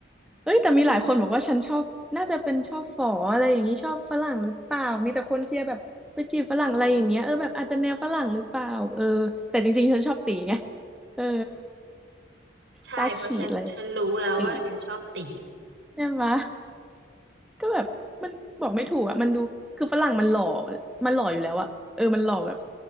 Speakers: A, in the centre; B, on the right.
A: เอ้ยแต่มีหลายคนบอกว่าฉันชอบน่าจะเป็นชอบฝออะไรอย่างนี้ชอบฝรั่งหรือเปล่ามีแต่คนเชียร์แบบไปจีบฝรั่งอะไรอย่างเงี้ยเออแบบอาจจะแนวฝรั่งหรือเปล่าเออแต่จริงๆฉันชอบตีไง
B: เออ
A: เออ <laughs>
B: ใช่เพราะฉันฉันรู้แล้วว่าแกชอบตี
A: ตาขีดเลยตีใช่ไหม ก็แบบมันบอกไม่ถูกอ่ะมันดูคือฝรั่งมันหล่อมันหล่ออยู่แล้วอ่ะเออมันหล่อแบบ